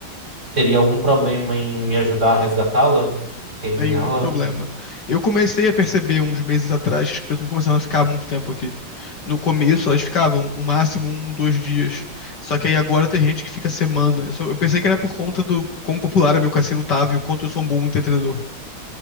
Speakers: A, on the right; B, on the left.
A: teria algum problema em me ajudar a resgatá-la e terminá-la?
B: Nenhum problema. Eu comecei a perceber uns meses atrás que as pessoas começaram a ficar muito tempo aqui. No começo, elas ficavam o máximo um, dois dias. Só que aí agora tem gente que fica semanas. Só- Eu pensei que era por conta do quão popular é meu cassino tava e o quanto eu sou um bom entendedor.